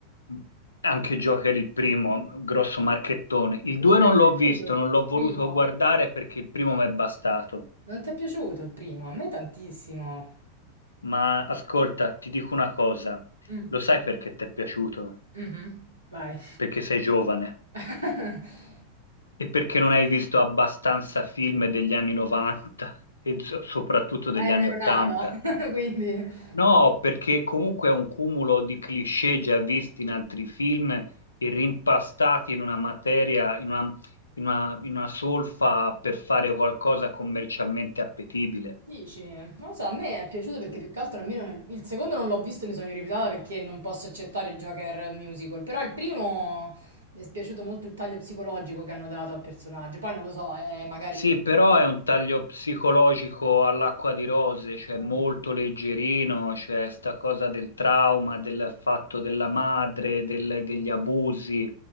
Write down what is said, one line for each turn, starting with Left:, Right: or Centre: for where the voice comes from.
Left: mh, anche Joker il primo, grosso marchettone. Il
Right: Non
Left: 2
Right: ti
Left: non
Right: è piaciuto
Left: l'ho visto,
Right: il
Left: non l'ho voluto
Right: primo?
Left: guardare perché il primo mi è bastato.
Right: Non ti è piaciuto il primo? A me tantissimo.
Left: Ma ascolta, ti dico una cosa,
Right: Mm,
Left: lo sai perché ti è piaciuto?
Right: mhm, Vai.
Left: Perché sei giovane.
Right: <laughs>
Left: E perché non hai visto abbastanza film degli anni 90 e so- soprattutto degli
Right: Dai, non
Left: anni
Right: ero
Left: 80?
Right: nata, <laughs> quindi...
Left: No, perché comunque è un cumulo di cliché già visti in altri film e rimpastati in una materia, in una, in una- in una solfa per fare qualcosa commercialmente appetibile.
Right: Dici, non lo so, a me è piaciuto perché
Left: Sì.
Right: più che altro almeno nel- il secondo non l'ho visto, e mi sono rifiutata perché non posso accettare Joker musical, però il primo mi è piaciuto molto il taglio psicologico che hanno dato al personaggio, poi non lo so, è magari...
Left: Sì,
Right: uno-
Left: però è un taglio psicologico all'acqua di rose, cioè
Right: Eh,
Left: molto leggerino, cioè sta cosa del trauma, del fatto della madre, del- degli abusi.